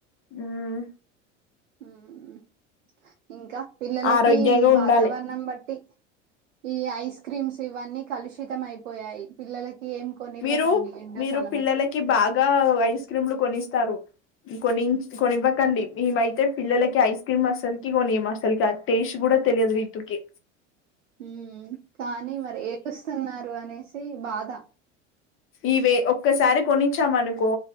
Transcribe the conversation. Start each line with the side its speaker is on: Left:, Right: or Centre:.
Left: మ్మ్
Right: మ్మ్ ఇంకా పిల్లలకి
Left: ఆరోగ్యంగా ఉండాలి
Right: వాతావరణం బట్టి ఈ ఐస్ క్రీమ్స్ ఇవన్నీ కలుషితం అయిపోయాయి పిల్లలకి ఏం కొనివ్వకండి
Left: మీరు
Right: ఎండాకాలం
Left: మీరు పిల్లలకి
Right: అని
Left: బాగా ఐస్ క్రీమ్లు కొనిస్తారు కొని కొనివ్వకండి మేమైతే పిల్లలకి ఐస్ క్రీమ్ అస్సలుకి కొనిం అసలుకి టేస్ట్ కూడా తెలియదు రీతూకి
Right: మ్మ్ కానీ మరి ఏస్తున్నారు అనేసి బాధ
Left: ఇవే ఒక్కసారి కొనిచ్చాంనుకో